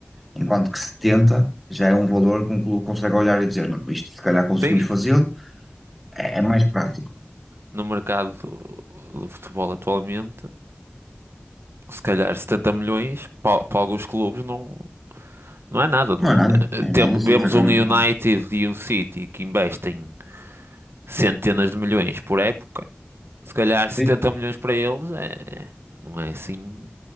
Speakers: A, in the centre; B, on the right (about 70°).
A: enquanto que 70 já é um valor que um clube consegue olhar e dizer: não, isto se calhar conseguimos
B: Tem.
A: fazê-lo, é, é mais prático.
B: no mercado do, do futebol atualmente, se calhar 70 milhões pa- para, alguns clubes não, não é nada, não
A: Não é
B: é?
A: nada,
B: Eh,
A: não é
B: Tem,
A: nada, sim,
B: vemos
A: efetivamente
B: um United
A: não é nada.
B: e um City que investem centenas de milhões por época, se calhar 70
A: Sim,
B: milhões para eles é, é- não é assim